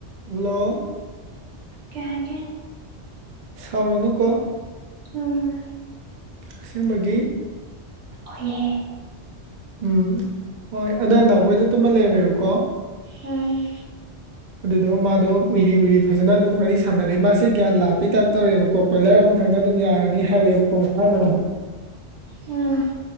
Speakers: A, on the right; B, on the right.
A: Hello
B: ꯀꯌꯥ ꯍꯥꯏꯒꯦ
A: ꯁꯥꯎꯔꯅꯨꯀꯣ
B: ꯎꯝ
A: ꯑꯁꯦꯡꯕꯒꯤ
B: ꯍꯣꯏ ꯍꯦ
A: ꯎꯝ ꯍꯣꯏ ꯑꯗꯣ ꯅꯥꯎꯕꯣꯏꯗ ꯇꯃ ꯂꯩꯔꯝꯃꯦꯕꯀꯣ
B: ꯎꯝ
A: ꯑꯗꯨꯗꯣ ꯃꯥꯗꯣ ꯎꯏꯔꯤ ꯎꯏꯔꯤ ꯐꯖꯅ ꯑꯗꯨꯝ ꯋꯥꯔꯤ ꯁꯥꯟꯅꯔ ꯃꯥꯁꯦ ꯒ꯭ꯌꯥꯟ ꯂꯥꯄꯩ ꯇꯥꯏꯞ ꯇꯧꯔꯦꯕꯀꯣ ꯀꯣꯏꯂꯔ ꯑꯃ ꯈꯪꯅ ꯑꯗꯨꯝ ꯌꯥꯔꯅꯤ ꯍꯥꯏꯔꯛꯑꯦꯕꯀꯣ ꯃꯥꯗ
B: ꯎꯝ